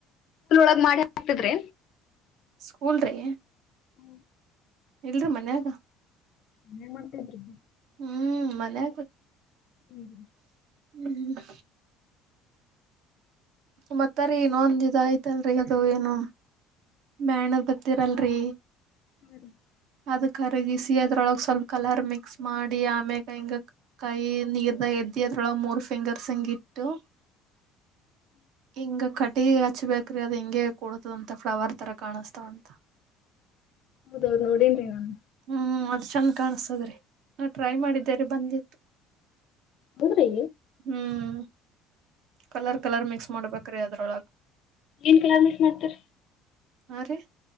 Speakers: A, on the left; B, on the right.
A: ಊರ್ ಒಳಗ್ ಮಾಡಿಕ್ತದ್ರಿ
B: ಸ್ಕೂಲ್ ರಿ
A: ಹ್ಮ್
B: ಇಲ್ರಿ ಮನ್ಯಾಗ
A: ಏನ್ ಮಾಡ್ತಿದ್ರಿ.
B: ಹ್ಮ್ ಮನೆ
A: ಹ್ಮ್
B: ಹ್ಮ್ ಮತ್ತರಿ ಇನ್ನೊಂದ್ ಇದ ಆಯ್ತಂದ್ರೆ ಯದೂ ಏನೂ. ಬ್ಯಾನರ್ ಬತ್ತಿರಲ್ ರ್ರಿ
A: <unintelligible>
B: ಅದು ಕರಗಿಸಿ ಅದ್ರೊಳಗೆ ಸ್ವಲ್ಪ ಕಲರ್ ಮಿಕ್ಸ್ ಮಾಡಿ ಆಮೇಕ ಹಿಂಗ ಕೈಯಿ ನೀರ್ದ ಎದ್ದಿ ಅದ್ರೊಳಾಗ್ ಮೂರ್ ಫಿಂಗರ್ಸ್ ಹಿಂಗಿಟ್ಟು. ಹಿಂಗ ಕಟಿ ಹಚ್ಬೇಕ್ರಿ ಅದ್ ಹಿಂಗೆ ಕುಡುತದಂತ ಫ್ಲವರ್ ತರ ಕಾಣಸ್ತಾವಂತ. <unintelligible>
A: ಹೌದೌದು ನೋಡನ್ರಿ ನಾನು.
B: ಹ್ಮ್ ಅದ್ ಚಂದ ಕಾಣಸ್ತದ್ರಿ ನಾ ಟ್ರೈ ಮಾಡಿದ್ದೇರಿ ಬಂದಿತ್ತು.
A: ಹೌದ್ರೀ
B: ಹ್ಮ್ ಕಲರ್ ಕಲರ್ ಮಿಕ್ಸ್ ಮಾಡ್ಬೇಕ್ರೀ ಅದ್ರೊಳಗ್
A: ಎನ್ ಕಲರ್ ಮಿಕ್ಸ್ ಮಾಡ್ತಾರಿ
B: ಹಾ ರೀ